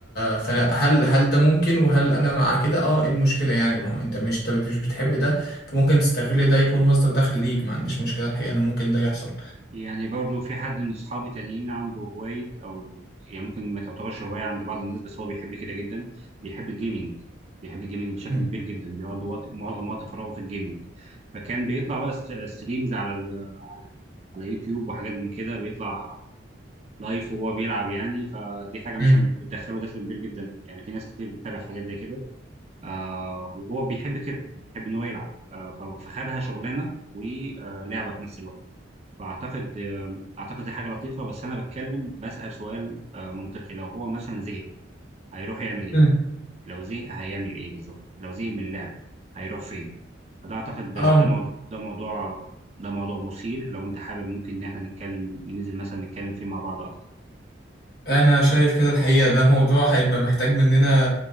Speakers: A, on the left; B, on the right.
A: فانا هل هل ده ممكن وهل انا مع كده اه ايه المشكلة يعني ما هو انت مش انت مش بتحب ده فممكن تستغل ده يكون مصدر دخل ليك ما عنديش مشكلة الحقيقة ان ممكن ده يحصل
B: يعني برضه في حد من أصحابي تانيين عنده هواية أو يعني ممكن ما تعتبرش هواية عند بعض الناس بس هو بيحب كده جدا بيحب الجيمنج بيحب الجيمنج بشكل
A: مم.
B: كبير جدا بيقضي وقت معظم وقت فراغه في الجيمنج فكان بيطلع بقى س- ستريمز على ال على على يوتيوب وحاجات من كده بيطلع لايف وهو بيلعب يعني فدي حاجة مثلا
A: مم.
B: بتدخله دخل كبير جدا يعني في ناس كتير بتتابع حاجات زي كده آه وهو بيحب كده بيحب ان هو يلعب آه ف- فخدها شغلانه ولعبه في نفس الوقت فاعتقد آه اعتقد دي حاجه لطيفه بس انا بتكلم بسأل سؤال آه منطقي لو هو مثلا زهق هيروح يعمل ايه
A: مم.
B: لو زهق هيعمل ايه بالظبط لو زهق من اللعب هيروح فين فده اعتقد ده
A: أم
B: ده موضوع ده موضوع ده موضوع مثير لو انت حابب ممكن ان احنا نتكلم ننزل مثلا نتكلم فيه مع بعض اكتر
A: أنا شايف كده الحقيقة ده موضوع هيبقى محتاج مننا